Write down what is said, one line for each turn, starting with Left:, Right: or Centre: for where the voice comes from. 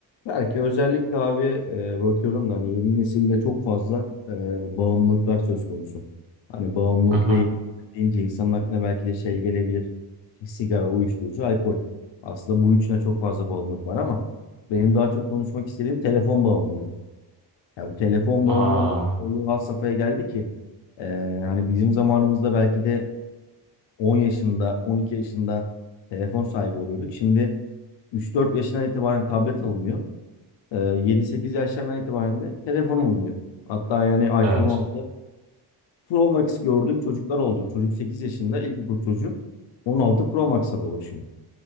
Left: Belki özellikle abi e, bakıyorum da hani yeni nesilde çok fazla e, bağımlılıklar söz konusu. Hani bağımlılık
Right: Hı hı.
Left: ve yenilik deyince insanın aklına belki de şey gelebilir. İşte Sigara, uyuşturucu, alkol. Aslında bu üçüne çok fazla bağımlılık var ama benim daha çok konuşmak istediğim telefon bağımlılığı. Ya bu telefon
Right: Aa,
Left: bağımlılığı öyle bir had safhaya geldi ki e, hani bizim zamanımızda belki de 10 yaşında, 12 yaşında telefon sahibi oluyorduk. Şimdi 3-4 yaşından itibaren tablet alınıyor e, 7-8 yaşlarından itibaren de telefonum oluyor. Hatta yani iPhone
Right: evet.
Left: 16 Pro Max gördüğüm çocuklar oldu. Çocuk 8 yaşında ilkokul çocuğu 16 Pro Max'a dolaşıyor.